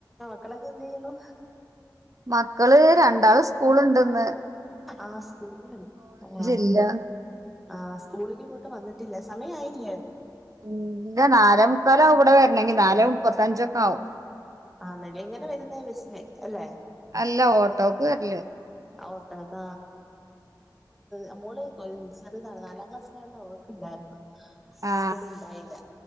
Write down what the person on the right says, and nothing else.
മക്കള് രണ്ടാള് സ്കൂള ഇണ്ടന്ന്
ഇല്ല
ഇ നാല മുക്കാല ഇവിടെ വരണെങ്കി നാല് മുപ്പത്തഞ്ചൊക്കെ ആവും
അല്ല ഓട്ടോക്ക് വരല്
ആ